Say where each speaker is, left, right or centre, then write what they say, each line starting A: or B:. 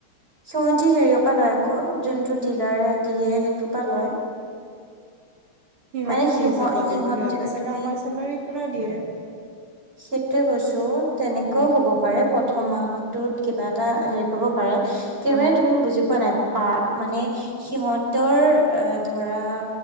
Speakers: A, on the right; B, on the right.
A: সিহতি হেৰিয়ৰ পৰা লয় আকৌ যোনটো ডিলাৰ দিয়ে সেইটোৰ পৰা লয়
B: সিহঁতে
A: মানে
B: কি
A: সিহ
B: হিচাপত দিব
A: ইহঁত
B: সিহঁতে চাগে
A: তুমি
B: আমাৰ চেলাৰী পুৰা দিয়ে
A: সেইটোৱে কৈছো তেনেকেও
B: উম
A: হব পাৰে প্ৰথম মাহত ত কিবা এটা হেৰি কৰিব পাৰে কি
B: অ
A: তুমি বুজি পোৱা নাই পা মানে সিহঁতৰ এ ধৰা